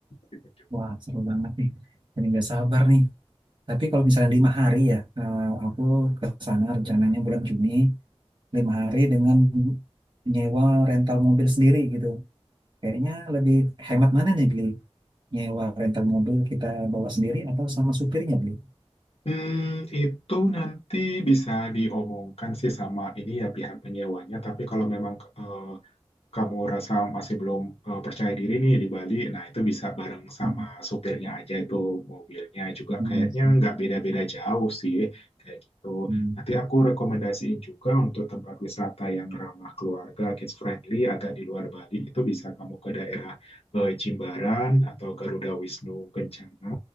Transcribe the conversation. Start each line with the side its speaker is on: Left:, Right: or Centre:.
Left: <laughs> gitu.
Right: Wah seru banget nih. Ini nggak sabar nih. Tapi kalau misalnya lima hari ya, eh, aku ke sana rencananya bulan Juni lima hari dengan nyewa rental mobil sendiri gitu. Kayaknya lebih hemat mana nih beli? Nyewa rental mobil kita bawa sendiri atau sama supirnya beli?
Left: Hmm, itu nanti bisa diomongkan sih sama ini ya pihak penyewanya. Tapi kalau memang eh, kamu rasa masih belum eh, percaya diri nih di Bali, nah itu bisa bareng sama
Right: Hmm,
Left: supirnya aja itu mobilnya juga
Right: iya
Left: kayaknya
Right: sih,
Left: nggak beda-beda jauh sih kayak gitu.
Right: iya
Left: Nanti
Right: sih.
Left: aku rekomendasiin juga untuk tempat wisata yang ramah keluarga, kids friendly, agak di luar Bali itu bisa kamu ke daerah eh, Jimbaran atau Garuda Wisnu Kencana